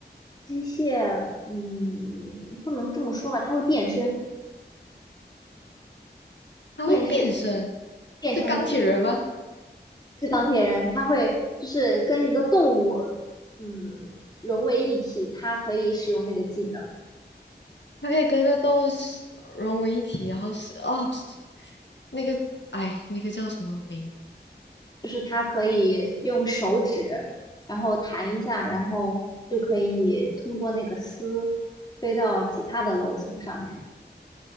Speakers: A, on the left; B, on the left.
A: 机械，嗯，不能这么说吧，他会变身，
B: 他会变身，
A: 变身变成。
B: 是钢铁人吗？
A: 是钢铁人，他会就是跟一个动物，嗯，融为一体，他可以使用那个技能，
B: 他可以跟一个动物是融为一体，然后是哦，那个哎，那个叫什么名？
A: 就是他可以用手指，然后弹一下，然后就可以通过那个丝飞到其他的楼层上面。